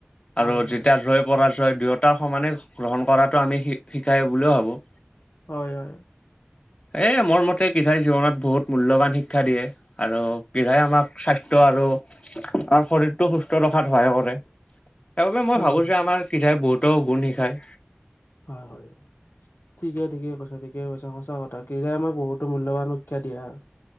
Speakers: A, on the left; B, on the left.
A: হয়
B: আৰু
A: হয়
B: যেতিয়া জয়, পৰাজয় দুয়োটাৰ সমানে গ্ৰহণ কৰাটো আমি শিকায় বুলিও ভাবোঁ।
A: হয়, হয়, হয়।
B: এ' মোৰ মতে ক্ৰিয়াই জীৱনত বহুত মূল্যৱান শিক্ষা দিয়ে। আৰু <unintelligible> আমাক স্বাস্থ্য আৰু আৰু শৰীৰটো সুস্থ ৰখাত সহায় কৰে। সেইবাবে মই
A: হয়
B: ভাবোঁ যে, আমাৰ ক্ৰীয়াই বহুতো গুণ শিকায়।
A: হয় হয় হয়। ঠিকেই, ঠিকে কৈছাঁ, ঠিকে কৈছাঁ, সঁচা কথা <unintelligible> আমাক বহুটো মূল্যায়ণ সুখ্যা দিয়ে আৰু